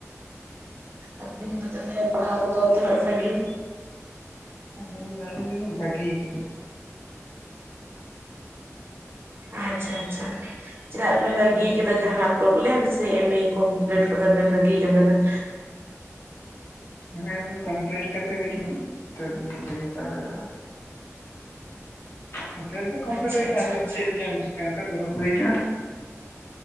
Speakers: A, on the right; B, on the left.
A: ᱟᱵᱤᱱ ᱫᱚ ᱛᱟᱦᱞᱮ ᱯᱟᱲᱦᱟᱣ ᱠᱚᱫᱚ ᱛᱤᱱᱟᱹᱜ ᱥᱟᱺᱜᱤᱧ
B: ᱟᱹᱞᱤᱧ ᱟᱹᱞᱤᱧ ᱫᱚᱞᱤᱧ ᱵᱟᱹᱜᱤ ᱠᱟᱫᱟ᱾
A: ᱟᱪᱪᱷᱟ ᱟᱪᱪᱷᱟ᱾ ᱪᱮᱫᱟᱜ ᱵᱮᱱ ᱵᱟᱹᱜᱤ ᱟᱠᱟᱫᱟ ᱡᱟᱦᱟᱱᱟᱜ ᱯᱨᱚᱵᱞᱮᱢ ᱥᱮ ᱮᱢᱮ ᱠᱚᱢᱯᱞᱤᱴ ᱠᱟᱫᱟ ᱵᱮᱱ ᱵᱟᱜᱤ ᱠᱟᱫᱟ ᱵᱮᱱ
B: ᱮᱢᱮ ᱮᱢᱮ ᱠᱚᱢᱯᱮᱞᱮᱰ ᱠᱟᱛᱮ ᱜᱮᱞᱤᱧ ᱱᱤᱛᱳᱜ ᱫᱚ ᱞᱤᱧ ᱵᱟᱜᱤ ᱦᱟᱛᱟᱲ ᱟᱠᱟᱫᱼᱟ᱾
A: <unintelligible>
B: ᱠᱚᱢᱯᱮᱞᱮᱰ ᱫᱚ ᱠᱚᱢᱯᱮᱞᱮᱰ
A: ᱟᱪᱪᱷᱟ
B: ᱦᱩᱭ ᱟᱠᱟᱱᱟ
A: ᱟᱪᱪᱷᱟ
B: ᱟᱫᱚ
A: ᱟᱪᱪᱷᱟ
B: ᱪᱮᱫ ᱮᱢ ᱪᱤᱠᱟ ᱚᱱᱠᱟ ᱫᱩᱲᱩᱵ ᱦᱩᱭ ᱟᱠᱟᱱᱟ᱾